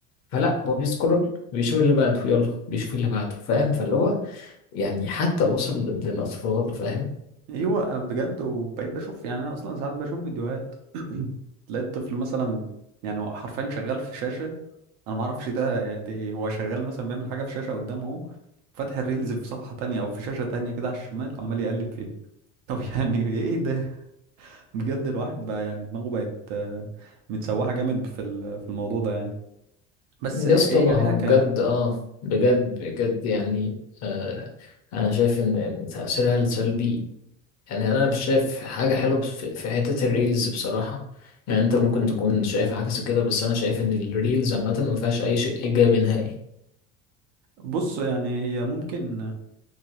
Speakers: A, on the left; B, on the right.
A: فلا هو بيسكرول بيشوف اللي بعده يلا بيشوف اللي بعده فاهم فاللي هو يعني حتى وصل لل- للاطفال فاهم
B: ايوه بجد وبقيت بشوف يعني انا اصلا ساعات بشوف فيديوهات <clears throat> تلاقي الطفل مثلا يعني هو حرفيا شغال في شاشه انا ما اعرفش ده يعني ده إيه، هو شغال مثلا بيعمل حاجه في شاشه قدامه اهو فاتح الريلز في صفحه تانية او في شاشه تانية كده على الشمال عمال يقلب فيه طب يعني <laughs> ايه ده بجد الواحد بقى يعني دماغه بقت آه، متسوحه جامد في ال- في الموضوع ده يعني بس
A: يا
B: هي
A: اسطى ما
B: لها
A: هو
B: ك
A: بجد اه بجد بجد يعني آه انا شايف ان إن تاثيرها السلبي يعني انا مش شايف حاجه حلوه بس في في حته الريلز بصراحه يعني انت ممكن تكون شايف عكس كده بس انا شايف ان الريلز عامه ما فيهاش اي شيء ايجابي نهائي
B: بص يعني هي ممكن